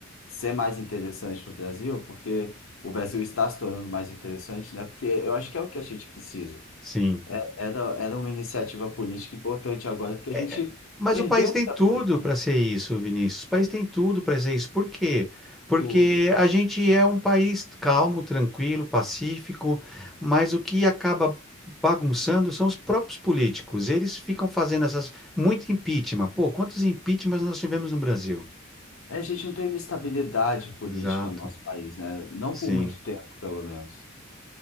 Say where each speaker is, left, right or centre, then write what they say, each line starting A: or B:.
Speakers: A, on the left; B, in the centre.
A: ser mais interessante para o Brasil, porque o Brasil está se tornando mais interessante, né? Porque eu acho que é o que a gente precisa.
B: Sim.
A: Era, era uma iniciativa política importante agora, porque a
B: É,
A: gente
B: é, mas
A: perdeu
B: o país tem
A: muita
B: tudo
A: coisa,
B: para
A: né?
B: ser isso, Vinícius. O país tem tudo para ser isso. Por quê? Porque
A: Tudo.
B: a gente é um país calmo, tranquilo, pacífico, mas o que acaba bagunçando são os próprios políticos. Eles ficam fazendo essas muito impeachment. Pô, quantos impeachments nós tivemos no Brasil?
A: É, a gente não teve estabilidade política
B: Exato,
A: no nosso país, né? Não
B: sim.
A: por muito tempo, pelo menos.